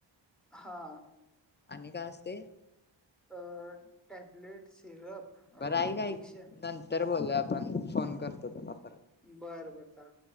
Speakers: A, in the centre; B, on the left.
A: हा.
B: आणि काय असते.
A: अ टॅब्लेट सिरप.
B: बरं ऐ
A: इंजेक्शन
B: का नंतर बोलूया आपण फोन करतो तला.
A: बर बर चाल.